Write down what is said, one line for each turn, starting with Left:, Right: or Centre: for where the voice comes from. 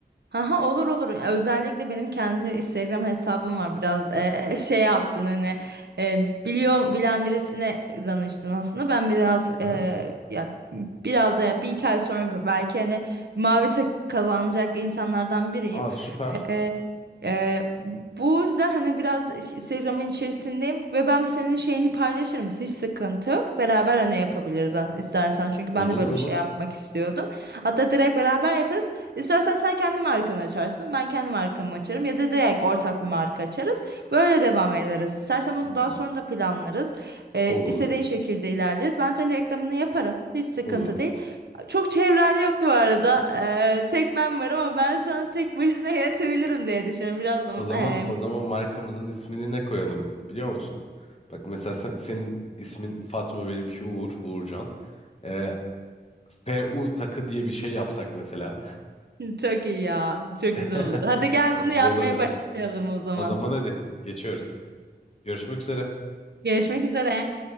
Right: Haha olur olur. Özellikle benim kendi Instagram hesabım var. Biraz eee, şey yaptın hani eee, biliyor bilen birisine danıştın aslında. Ben biraz eee,
Left: Aha.
Right: ya biraz ya bir iki ay sonra belki hani mavi tek kazanacak insanlardan biriyim.
Left: Aa süper.
Right: Ee, e, bu yüzden hani biraz Instagram'ın içerisindeyim ve ben senin şeyini paylaşırım. Hiç sıkıntı yok. Beraber hani yapabiliriz ha- istersen. Çünkü
Left: Olur
Right: ben de böyle
Left: olur.
Right: bir şey yapmak istiyordum. Hatta direkt beraber yaparız. İstersen sen kendi markanı açarsın. Ben kendi markamı açarım. Ya da direkt ortak bir marka açarız. Böyle devam ederiz. İstersen
Left: Hmm,
Right: bunu daha sonra da planlarız. Ee,
Left: olur.
Right: istediğin şekilde ilerleriz. Ben senin reklamını yaparım. Hiç sıkıntı
Left: Olur.
Right: değil. Çok çevrem yok bu arada. Ee, tek ben varım ama ben sana tek başına yetebilirim diye düşünüyorum. Biraz
Left: O zaman
Right: ee,
Left: o zaman markamızın ismini ne koyalım biliyor musun? Bak mesela sen- senin ismin Fatma benimki Uğur, Uğurcan. Ee, F U takı diye bir şey yapsak mesela.
Right: çok iyi ya. Çok
Left: <laughs>
Right: güzel olur. Hadi gel
Left: Bak
Right: bunu
Left: güzel
Right: yapmaya
Left: olabilir.
Right: başlayalım o zaman.
Left: O zaman hadi geçiyoruz. Görüşmek üzere.
Right: Görüşmek üzere.